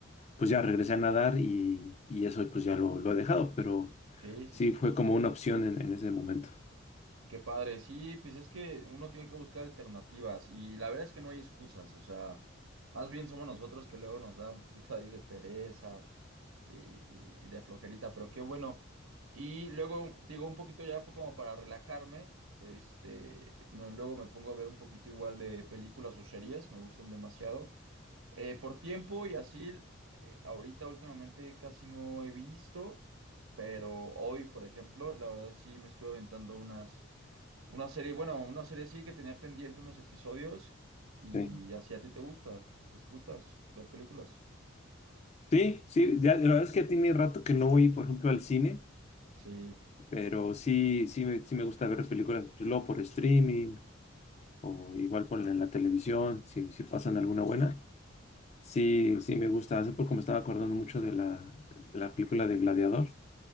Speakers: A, on the left; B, on the right.
A: pues ya regresé a nadar y, y eso pues ya lo, lo he dejado, pero
B: Sí, sí,
A: sí
B: sí.
A: fue como una opción en, en ese momento.
B: Qué padre. Sí, pues es que uno tiene que buscar alternativas y la verdad es que no hay excusas. O sea, más bien somos nosotros que luego nos da un poquito ahí de pereza y, y de flojerita, pero qué bueno. Y luego, digo, un poquito ya como para relajarme, este, me- luego me pongo a ver un poquito igual de películas o series, me gustan demasiado. Eh, por tiempo y así, eh, ahorita últimamente casi no he visto, pero hoy, por ejemplo, la verdad sí me estuve aventando unas, una serie, bueno, una serie sí que tenía pendiente unos episodios y
A: Sí,
B: así a ti te gusta, disfrutas ver películas.
A: sí, sí, ya, la verdad es que tiene rato que no voy, por ejemplo, al cine,
B: Sí,
A: pero sí, sí, me, sí me gusta ver películas luego por streaming o igual por en la televisión, si, si pasan alguna buena. Sí, sí, me gusta. Hace poco me estaba acordando mucho de la, de la película de Gladiador,